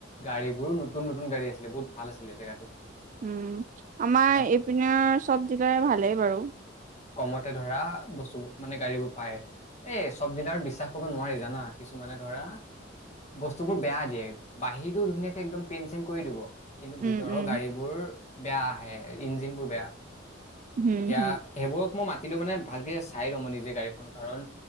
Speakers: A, on the left; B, on the right.
A: গাড়ী বোৰ নতুন নতুন গাড়ী আছিলে বহুত ভাল আছিলে জেগাটো
B: উম আমাৰ
A: তাত
B: ইপিনৰ চব ডিলাৰ ভালেই বাৰু।
A: কমতে ধৰা বস্তুবোৰ মানে গাড়ীবোৰ পায়। এই চব ডিলাৰ বিশ্বাস কৰিব নোৱাৰি জানা কিছুমানে ধৰা বস্তুবোৰ বেয়া দিয়ে বাহিৰটো ধুনীয়াকে একদম পেইন চেন কৰি দিব কিন্তু
B: উম,
A: ভিতৰৰ
B: উম।
A: গাড়ীবোৰ বেয়া আহে ইঞ্জিন বোৰ বেয়া
B: হুম,
A: এতিয়া
B: হুম,
A: সেইবোৰক মই মাত কিন্তু মানে ভালকে চাই ল'ম নিজে গাড়ীখন কাৰন